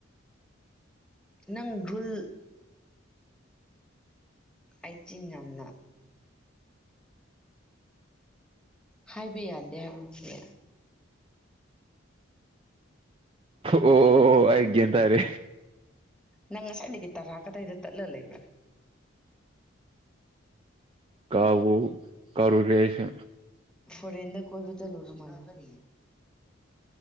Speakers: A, in the centre; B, on the right.
A: ꯅꯪ ꯔꯨꯜ ꯑꯩ ꯆꯤꯟ ꯌꯥꯝꯅ ꯍꯥꯏꯕ ꯌꯥꯗꯦ ꯍꯥꯏꯕꯗꯨꯗꯤ꯫
B: ꯑꯣ ꯑꯩ ꯒ꯭ꯌꯥꯟ ꯇꯥꯔꯦ꯫
A: ꯅꯪ ꯉꯁꯥꯏꯗꯒꯤ ꯇꯔꯥ ꯀꯗꯥꯏꯗ ꯇꯠꯂ ꯂꯩꯕ꯭ꯔꯥ꯫
B: ꯀꯥꯎ ꯀꯥꯔꯨꯔꯦ ꯑꯩꯁꯨ꯫
A: ꯐꯣꯔꯦꯟꯗ ꯀꯣꯏꯕ ꯆꯠꯂꯨꯔ ꯃꯥꯜꯂꯦ <inaudible>